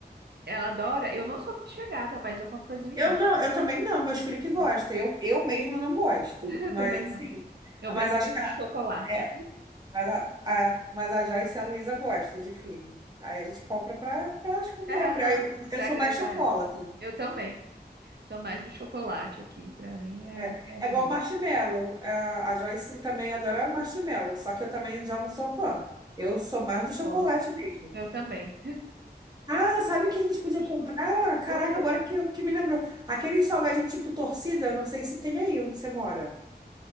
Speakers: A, on the right; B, on the right.
A: Ela adora. Eu não sou muito chegada, mas eu compro para as meninas.
B: Eu não, eu também não, meus filhos que gostam.
A: Gosto.
B: Eu, eu mesmo não gosto,
A: <laughs> Eu
B: mas
A: também
B: assim.
A: não. Eu
B: Mas
A: prefiro
B: acho que
A: chocolate.
B: a, é, mas a, a- mas a Joyce e a Luísa gostam de Fili. Aí a gente compra para elas comer.
A: É, aham,
B: Pra- Eu, eu
A: para
B: sou
A: agradar
B: mais chocolatra.
A: elas. Eu também. Sou mais do chocolate aqui. Pra mim é
B: É,
A: um maravilhoso.
B: é igual marshmallow. A, a Joyce também adora marshmallow, só que eu também já não sou fã. Eu sou mais
A: Eu
B: do chocolate
A: gosto.
B: mesmo.
A: Eu também.
B: Ah, sabe que a gente podia
A: Sempre
B: comprar?
A: chocolate.
B: Caraca,
A: O quê?
B: agora que, eu- que me lembrou. Aquele salgadinho tipo torcida, não sei se tem aí onde você mora.